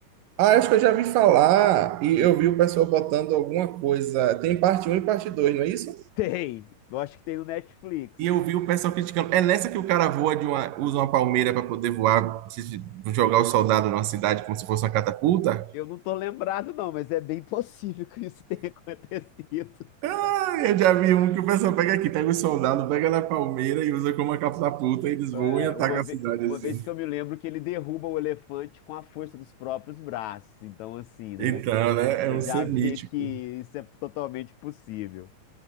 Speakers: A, on the right; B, on the left.
A: Ah, acho que eu já vi falar e
B: E
A: eu vi o pessoal botando alguma coisa. Tem parte um e parte 2, não é isso?
B: tem, eu acho que tem no Netflix.
A: E eu vi o pessoal criticando. É nessa que o cara voa de uma, usa uma palmeira para poder voar, se- jogar o soldado numa cidade como se fosse uma catapulta?
B: Eu não tô lembrado não, mas é bem possível que isso tenha <laughs> acontecido.
A: Ah, eu já vi um que o pessoal pega aqui, pega o soldado, pega na palmeira e usa como uma catapulta, e eles
B: É,
A: voam e atacam
B: uma vez,
A: a cidade
B: uma
A: assim.
B: vez que eu me lembro que ele derruba o elefante com a força dos próprios braços, então assim, né?
A: Então, né? É
B: Você
A: um ser
B: já vê
A: mítico.
B: que isso é totalmente possível.